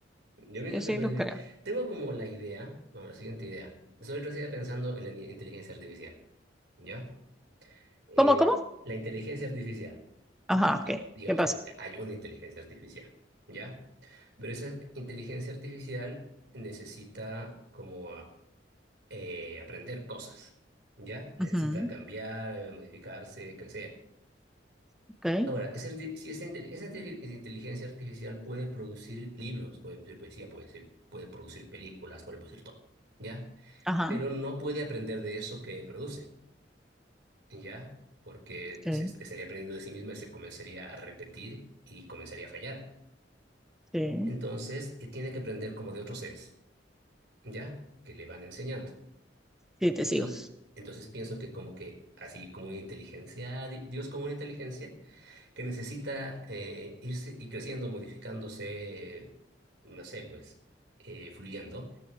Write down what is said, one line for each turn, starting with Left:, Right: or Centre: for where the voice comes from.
Right: Yo pienso
Centre: Yo sí
Right: que es posible.
Centre: lo creo.
Right: Tengo como la idea, como la siguiente idea. Soy todavía pensando en la ni- inteligencia artificial. ¿Ya? Eh,
Centre: ¿Cómo, cómo?
Right: la inteligencia artificial.
Centre: Ajá, ok.
Right: Ya, digamos
Centre: ¿Qué pasa?
Right: que hay una inteligencia artificial. ¿Ya? Pero esa inteligencia artificial necesita como a- eh, aprender cosas. ¿Ya? Necesita
Centre: Ujú,
Right: cambiar, eh, modificarse, crecer.
Centre: ok.
Right: Ahora, esa, inte- si esa, inte- esa inte- esa inteligencia artificial puede producir libros, puede producir poesía, puede decir- puede producir películas, puede producir todo, ¿ya?
Centre: Ajá,
Right: Pero no puede aprender de eso que produce, ¿ya? Porque
Centre: sí,
Right: se- estaría aprendiendo de sí misma y se comenzaría a repetir y comenzaría a fallar.
Centre: sí,
Right: Entonces, eh, tiene que aprender como de otros seres, ¿ya? Que le van enseñando.
Centre: sí, te
Right: Entonces,
Centre: sigo.
Right: entonces pienso que como que así como una inteligencia, di- Dios como una inteligencia que necesita eh, irse y creciendo, modificándose, no sé, pues, eh, fluyendo,